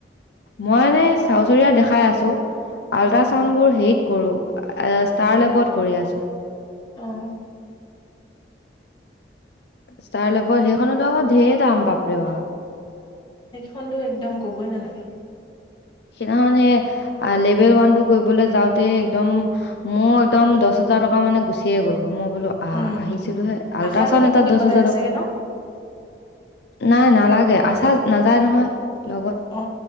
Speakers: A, on the left; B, on the left.
A: মই মানে চাউচৰিয়া দেখাই আছো আল্ট্ৰাচাউণ্ড
B: উম
A: বোৰ হেৰিত কৰো ষ্টাৰ লেৱত কৰি আছো
B: অহ
A: ষ্টাৰ লেবৰ সেইখনতো আকৌ ঢেৰ দাম বাপৰে বা
B: সেইখনতো একদম ক'বই নালাগে
A: সেইদিনাখন সে লেভেল ওৱান টো কৰিবলৈ যাওঁতে একদম মোৰ একদম দচ হে দচ হাজাৰ টকা মানে গুচিয়ে গ'ল মই বোলো আহ
B: উম
A: আহিছিলো হে আল্ট্ৰাচাউণ্ড
B: আশাজনীকো
A: এটাত
B: দিব
A: দহ হোজাৰ
B: লাগে
A: টকা
B: চাগে ন
A: নাই নালাগে আছা নাযায় নহয় লগত
B: অ